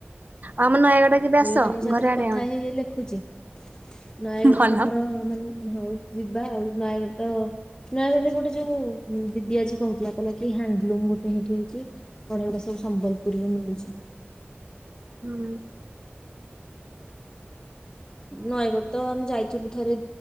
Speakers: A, on the right; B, on the left.
A: ଆମ ନୟାଗଡ଼ କେବେ
B: ମୁଁ
A: ଆସ
B: ତମ ସାଥିରେ
A: ଘରେ ଆଡେ
B: କଥା
A: ଆମର
B: ହେଇକ ଲେଖୁଛି ନୟାଗଡ
A: ଭଲ।
B: ତମର ମାନେ ହଉ ଯିବା ଆଉ ନୟାଗଡ ତ ନୂୟ ବଡରେ ଗୋଟେ ଯୋଉ ଦିଦି ଆଜି କହୁଥିଲା କହିଲ କି ହ୍ୟାଣ୍ଡଲୁମ ଗୋଟେ ହେଇଠି ହେଇଛି ବଢା ସବୁ ସମ୍ବଲପୁରୀରେ ମିଳୁଛି
A: <inaudible>
B: ନୟାଗଡ଼ ତ ଆମେ ଯାଇଥିଲୁ ଥରେ